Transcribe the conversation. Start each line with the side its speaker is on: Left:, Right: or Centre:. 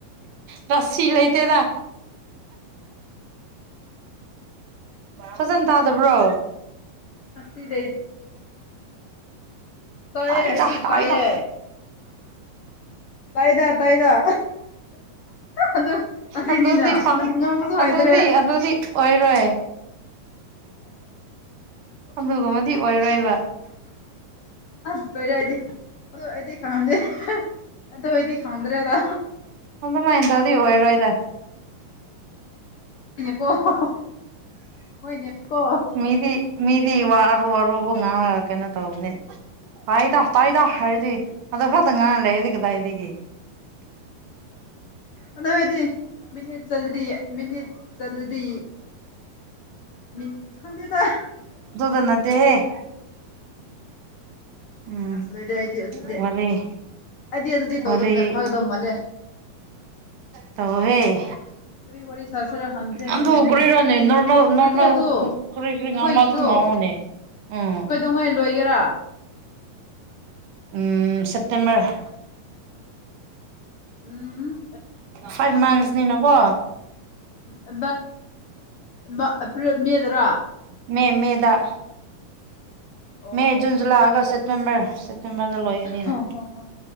Right: ꯔꯁꯤ
Left: ꯂꯣꯏꯔꯦꯍꯦ
Right: ꯂꯩꯇꯦꯗ ꯐꯖꯅ ꯇꯥꯗꯕ꯭ꯔꯣ
Left: ꯉꯁꯤꯗꯩ ꯇꯥꯏꯌꯦ
Right: ꯇꯥꯏꯗ
Left: ꯑꯩꯗꯤ
Right: ꯇꯥꯏꯗ
Left: ꯇꯥꯏꯌꯦ ꯇꯥꯏꯗ - ꯇꯥꯏꯗ ꯑꯗꯨ ꯑꯁꯤꯅꯤꯅ
Right: ꯑꯗꯨꯗꯤ ꯁꯥꯎ
Left: ꯉꯥꯡꯕꯁꯨ ꯍꯩꯗ꯭ꯔꯦ
Right: ꯑꯗꯨꯗꯤ ꯑꯗꯨꯗꯤ ꯑꯣꯏꯔꯣꯏ ꯑꯗꯨꯒꯨꯝꯕꯗꯤ ꯑꯣꯏꯔꯣꯏꯕ꯫
Left: ꯑꯁ ꯂꯣꯏꯔꯛꯑꯗꯤ ꯑꯗꯨ ꯑꯩꯗꯤ ꯈꯝꯗꯦ ꯑꯗꯨ ꯑꯩꯗꯤ ꯈꯝꯗ꯭ꯔꯦꯗ!
Right: ꯑꯗꯨꯃꯥꯏꯅ ꯇꯧꯗꯤ ꯑꯣꯏꯔꯣꯏꯗ꯫
Left: <unintelligible> ꯍꯣꯏꯅꯦꯀꯣ
Right: ꯃꯤꯗꯤ ꯃꯤꯗꯤ ꯋꯥꯔꯨ ꯑꯔꯨꯕ ꯉꯥꯡꯉꯒ ꯀꯩꯅꯣ ꯇꯧꯕꯅꯦ ꯇꯥꯏꯗ ꯇꯥꯏꯗ ꯍꯥꯏꯔꯗꯤ ꯑꯗꯣ ꯈꯛꯇꯪ ꯉꯥꯡꯔ ꯂꯩꯔꯗꯤ ꯀꯗꯥꯏꯗꯒꯤ?
Left: ꯑꯗꯨ ꯑꯣꯏꯗꯤ ꯃꯤꯅꯤꯠ ꯆꯠꯂꯗꯤ ꯃꯤꯅꯤꯠ ꯆꯠꯂꯗꯤ <unintelligible> ꯈꯪ ꯗꯦꯗꯥ!
Right: ꯅꯗꯦꯍꯦ ꯎꯝ
Left: ꯑꯁ ꯂꯣꯏꯗꯦ ꯑꯩꯗꯤ ꯑꯗꯨꯗꯤ
Right: ꯋꯥꯔꯤ
Left: ꯑꯩꯗꯤ ꯑꯗꯨꯗꯤ
Right: ꯋꯥꯔꯤ
Left: ꯇꯧꯗꯕꯅ ꯐꯒꯗꯕ ꯃꯥꯜꯂꯦ
Right: ꯇꯧꯑꯍꯦ
Left: ꯀꯔꯤ ꯋꯥꯔꯤ ꯁꯥꯁꯤꯔ ꯈꯪꯗ꯭ꯔꯦꯅꯦ
Right: ꯑꯗꯨ
Left: ꯑꯗꯨꯗꯤ
Right: ꯀꯔꯤꯔꯣꯅꯦ ꯅꯣꯔꯃꯦꯜ
Left: ꯅꯠꯇꯦ
Right: ꯅꯣꯔꯃꯦꯜ
Left: ꯑꯗꯨ
Right: ꯀꯔꯤ ꯀꯨ
Left: ꯑꯩꯈꯣꯏꯒꯤꯗꯣ
Right: ꯉꯥꯡꯕ ꯑꯗꯨꯝ ꯉꯥꯡꯉꯣꯅꯦ ꯑꯝ
Left: ꯀꯩꯗꯧꯉꯩ ꯂꯣꯏꯒꯦꯔꯥ
Right: ꯎꯝ ꯁꯦꯞꯇꯦꯝꯕꯔ
Left: ꯎꯝ
Right: ꯐꯥꯏꯚ ꯃꯥꯟꯁꯅꯤꯅ ꯀꯣ
Left: ꯑ ꯃꯗꯔꯥ
Right: ꯃꯦꯃꯤꯗ
Left: ꯑꯣ
Right: ꯃꯦ
Left: ꯑꯣ
Right: ꯖꯨꯟ ꯖꯨꯂꯥꯏ ꯑꯥꯒꯁ ꯁꯦꯞꯇꯦꯝꯕꯔ ꯁꯦꯞꯇꯦꯝꯕꯔꯗ ꯂꯣꯏꯒꯅꯤꯅꯦ
Left: ꯍꯣ ꯍꯣ ꯍꯣ